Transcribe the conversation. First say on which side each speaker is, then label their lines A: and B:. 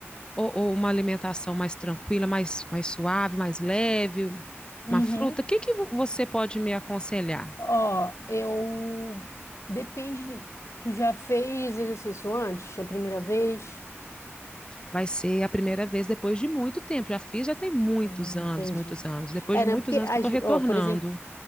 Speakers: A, on the left; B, on the left.
A: ou, ou uma alimentação mais tranquila, mais, mais suave, mais leve,
B: Uhum.
A: uma fruta? O que que vo- você pode me aconselhar?
B: Ó, eu. Depende. de- Tu já fez exercício antes, a primeira vez?
A: Vai ser a primeira vez depois de muito tempo. Já fiz, já tem muitos
B: Ah,
A: anos,
B: entendi.
A: muitos anos. Depois
B: É,
A: de muitos
B: né? Porque,
A: anos
B: as-
A: que eu estou retornando.
B: ó, por exemplo,